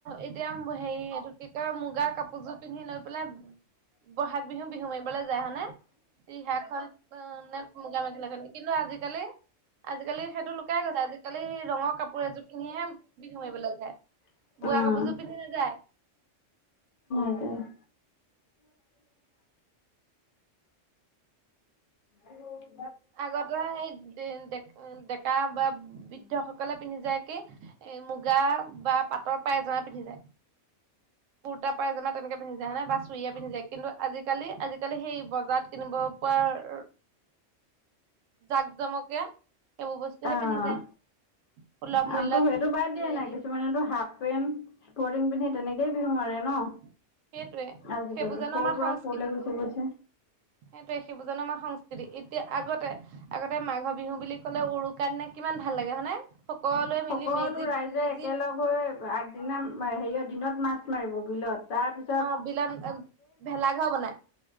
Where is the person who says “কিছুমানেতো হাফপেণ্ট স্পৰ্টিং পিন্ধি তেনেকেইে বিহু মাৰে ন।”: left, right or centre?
Left